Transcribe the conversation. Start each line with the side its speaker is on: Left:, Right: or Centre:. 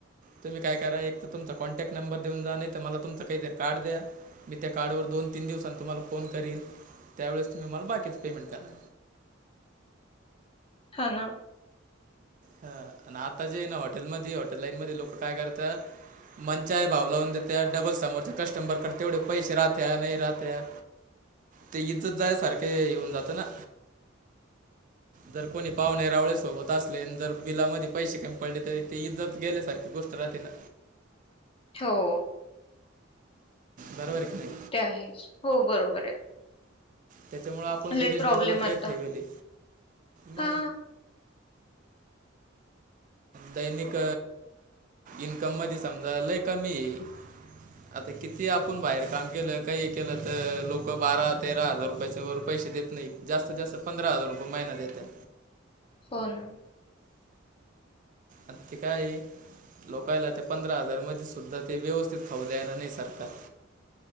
Right: तुम्ही काय करा एक तर तुमचा कॉन्टॅक्ट नंबर देऊन जा नाही तर मला तुमच काहीतरी कार्ड द्या. मी त्या कार्डवर दोन तीन दिवसांनी तुम्हाला फोन करीन, त्यावेळेस तुम्ही मला बाकीचं पेमेंट करा.
Left: हा ना.
Right: हा आता जे आहे ना हॉटेलमध्ये हॉटेल लाईन मध्ये लोक काय करतात? मंचाय भाव लावून दे त्या डबल समोरच्या कस्टमबरकडे तेवढे पैसे राहत्या नाही राहत्या.
Left: <inaudible>
Right: ते इज्जत जाय सारखे येऊन जातं ना. जर कोणी पाव रावळे सोबत अस जर बिलामध्ये पैसे का कमी पडले त ते इजत गेले सारखी गोष्ट राहते ना.
Left: हो.
Right: बरोबर आहे की नाही?
Left: ते आहेच हो बरोबर आहे.
Right: त्याच्यामुळे आपण बी
Left: लय
Right: रिजनेबलच
Left: प्रॉब्लेम आता
Right: रेट ठेवेल ब
Left: हा
Right: दैनिक इन्कम मध्ये समजा लई कमी आहे. आता किती आपण बाहेर काम केलं काही केलं तर लोक बारा तेरा हजार रुपयाच्या वर पैसे देत नाही जास्त जास्त पंधरा हजार रुपये महिना देतात.
Left: हो ना.
Right: आ ते काय आहे? लोकांला ते पंधरा हजारमध्येध सुुद्धा ते व्यवस्थित खाऊ द्यायणार नाही सरकार.